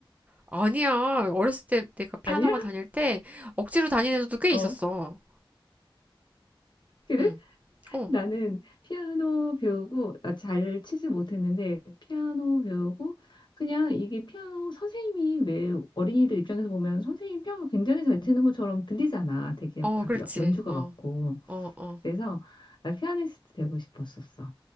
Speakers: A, on the right; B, on the left.
A: 아니야. 어렸을 때 내가 피아노가
B: <laughs>
A: 다닐 때 억지로 다니는 애들도 꽤
B: 어,
A: 있었어.
B: 그래?
A: 응. 어,
B: 나는 피아노 배우고, 아, 잘 치지 못했는데, 피아노 배우고, 그냥 이게 피아노 선생님이 왜 어린이들 입장에서 보면 선생님 피아노 굉장히 잘 치는 것처럼 들리잖아. 되게
A: 어,
B: 다
A: 그렇지.
B: 여- 연주가
A: 어,
B: 같고.
A: 어, 어,
B: 그래서 나 피아니스트 되고 싶었었어.